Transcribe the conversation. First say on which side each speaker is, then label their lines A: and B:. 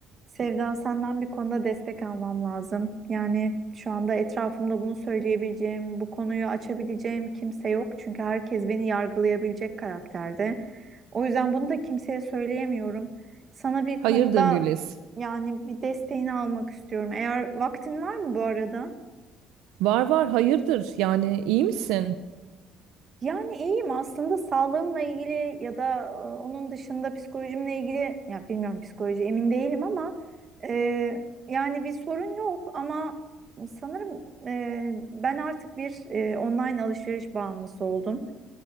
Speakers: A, on the right; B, on the right.
A: Sevda senden bir konuda destek almam lazım. Yani şu anda etrafımda bunu söyleyebileceğim, bu konuyu açabileceğim kimse yok. Çünkü herkes beni yargılayabilecek karakterde. O yüzden bunu da kimseye söyleyemiyorum. Sana bir konuda
B: Hayırdır Güliz?
A: yani bir desteğini almak istiyorum. Eğer vaktin var mı bu arada?
B: Var var hayırdır. Yani iyi misin?
A: Yani iyiyim aslında sağlığımla ilgili ya da e, onun dışında psikolojimle ilgili ya bilmiyorum psikoloji emin değilim ama e, yani bir sorun yok ama sanırım e, ben artık bir e, online alışveriş bağımlısı oldum.